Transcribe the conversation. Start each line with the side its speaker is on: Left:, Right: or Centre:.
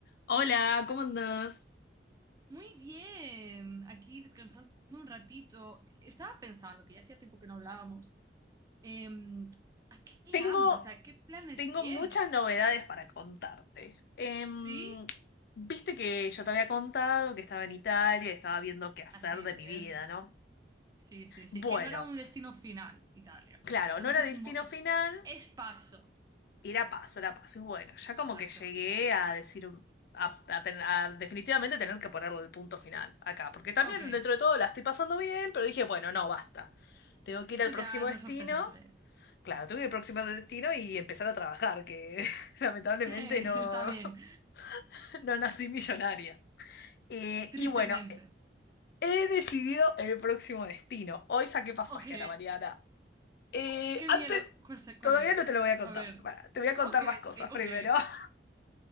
Left: Hola, ¿cómo andás?
Right: Muy bien, aquí descansando un ratito. Estaba pensando, que ya hacía tiempo que no hablábamos, em, ¿a qué
Left: Tengo,
Right: andas? ¿O sea, qué planes
Left: tengo
Right: tienes?
Left: muchas novedades para contarte. Em,
Right: ¿Sí?
Left: viste que yo te había contado que estaba en Italia y estaba viendo qué hacer
Right: Así
Left: de mi
Right: es.
Left: vida, ¿no?
Right: Sí, sí, sí.
Left: Bueno,
Right: Que no era un destino final, Italia.
Left: claro,
Right: Solamente
Left: no era
Right: es
Left: destino
Right: un... mo- Es,
Left: final,
Right: es paso.
Left: era paso, era paso. Y bueno, ya como
Right: Exacto.
Left: que llegué a decir, a, a ten- a definitivamente tener que ponerle el punto final acá, porque también
Right: Ok,
Left: dentro de todo la estoy pasando bien, pero dije, bueno, no, basta. Tengo que
Right: esto
Left: ir al próximo
Right: ya
Left: destino
Right: no es sostenible.
Left: Claro, tuve que próximo destino y empezar a trabajar, que <laughs> lamentablemente
Right: <laughs> Está
Left: no,
Right: bien.
Left: <laughs> no nací millonaria. Eh,
Right: <laughs> Tristemente.
Left: y bueno, he decidido el próximo destino. Hoy saqué pasaje
Right: Ok.
Left: a la Mariana. Eh,
Right: Uf, qué
Left: antes,
Right: miedo. ¿Cuál, se- cuál
Left: todavía
Right: es?
Left: no te lo voy a contar.
Right: A ver.
Left: Pará, Te voy a contar
Right: Ok,
Left: más cosas
Right: ok.
Left: primero. <laughs>